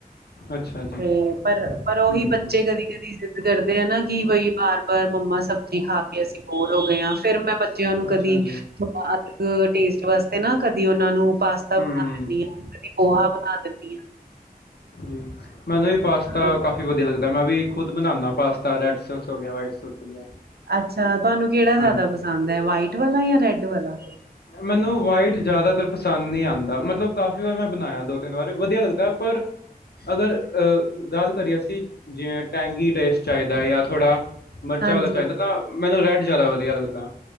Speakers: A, on the left (about 90°); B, on the right (about 80°).
A: ਅੱਛਾ ਜੀ
B: ਹ ਪਰ ਪਰ ਉਹੀ
A: ਹੂੰ,
B: ਬੱਚੇ ਕਦੀ ਕਦੀਜ਼ੀਦ ਕਰਦੇ ਆ ਨਾ ਕਿ ਬਈ ਬਾਰ ਬਾਰ ਮੰਮਾ ਸਬਜ਼ੀ ਖਾ ਕੇ ਅਸੀਂ ਬੋਰ ਹੋ ਗਏ ਹਾਂ ਫੇਿਰ ਮੈਂ ਬੱਚਿਆਂ ਨੂੰ
A: ਅੱਛਾ
B: ਕਦੀ
A: ਜੀ,
B: ਥੋੜਾ ਅਲੱਗ ਟੇਸਟ ਵਾਸਤੇ ਨਾ ਕਦੀ ਉਹਨਾਂ ਨੂੰ ਪਾਸਤਾ
A: ਹੂੰ,
B: ਬਣਾ ਦਿੰਦੀ ਆ ਕਦੀ ਪੋਹਾ ਬਣਾ ਦਿੰਦੀ ਹਾਂ
A: ਜੀ ਮੈਨੂੰ ਇਹ ਪਾਸਤਾ
B: ਹਾਂ
A: ਕਾਫੀ ਵਧੀਆ ਲੱਗਦਾ ਮੈਂ ਵੀ ਖੁਦ ਬਨਾਨਾ ਪਾਸਤਾ ਰੈਡ ਸੋਸ ਵਗੈਰਾ ਵਾਈਟ ਸੋਸ ਹੋ ਗਿਆ।
B: ਅੱਛਾ ਤੁਹਾਨੂੰ ਕਿਹੜਾ ਜਾਦਾ
A: ਹਾਂਜੀ,
B: ਪਸੰਦ ਹੈ ਵਾਈਟ ਵਾਲਾ ਯਾ ਰੈਡ ਵਾਲਾ।
A: ਮੈਨੂੰ ਵਾਈਟ ਜ਼ਿਆਦਾਤਰ ਪਸੰਦ ਨਹੀਂ ਆਦਾ ਮਤਲਬ ਕਾਫ਼ੀ ਵਾਰ ਮੈਂ ਬਣਾਇਆ ਦੋ ਤਿੰਨ ਵਾਰ ਵਧੀਆ ਲੱਗਦਾ ਪਰ ਅਗਰ ਗੱਲ ਕਰੀਏ ਅਸੀ ਜਿਵੇਂ ਟੈਂਗੀ ਟੇਸਟ ਚਾਈ ਦਾ ਜਾਂ ਥੋੜਾ ਮਿਰਚਾਂ
B: ਹਾਂਜੀ
A: ਵਾਲਾ ਚਾਹੀਦਾ ਤਾਂ ਮੈਨੂੰ ਰੈਡ ਜਾਦਾ ਵਧੀਆ ਲੱਗਦਾ